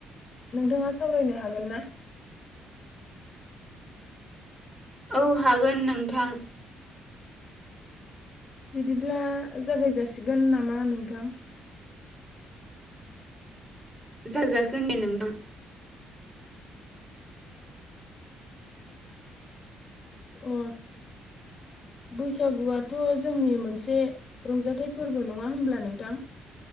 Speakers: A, on the left (about 45°); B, on the right (about 20°).
A: नोंथाङा सावरायनो हागोन ना?
B: औ हागोन नोंथां।
A: बिदिब्ला जागाय जासिगोन नामा नोंथां?
B: जागाय जासिगोन दे नोंथां।
A: अ बैसागुआथ' जोंनि मोनसे रंजाथाइ फोरबो नङा होमब्ला नोंथां